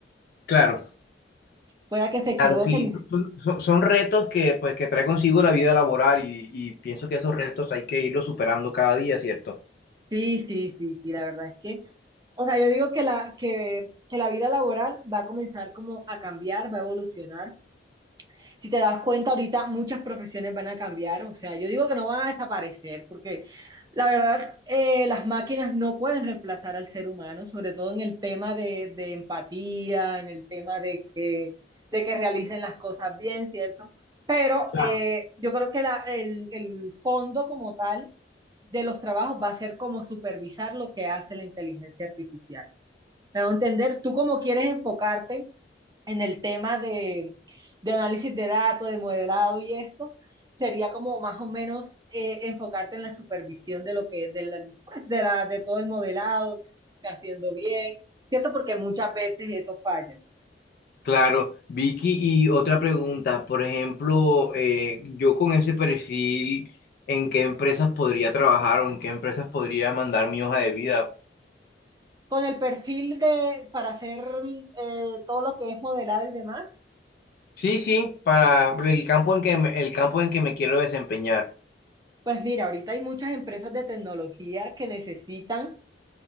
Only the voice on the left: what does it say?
Claro.
Claro, sí, son, son- son- son retos que, pues, que trae consigo la vida laboral y, y pienso que esos retos hay que irlos superando cada día, ¿cierto?
Claro.
Claro, Vicky, y otra pregunta, por ejemplo, eh, yo con ese perfil, ¿en qué empresas podría trabajar o en qué empresas podría mandar mi hoja de vida?
Sí, sí, para el campo en que me- el campo en que me quiero desempeñar.